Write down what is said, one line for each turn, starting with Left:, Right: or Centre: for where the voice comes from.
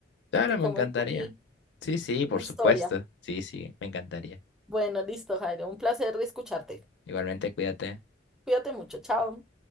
Left: Claro,
Centre: Te
Left: me
Centre: comento
Left: encantaría.
Centre: mi,
Left: Sí, sí, por
Centre: mi historia.
Left: supuesto. Sí, sí, me encantaría.
Centre: Bueno, listo, Jairo. Un placer escucharte.
Left: Igualmente, cuídate.
Centre: Cuídate mucho. Chao.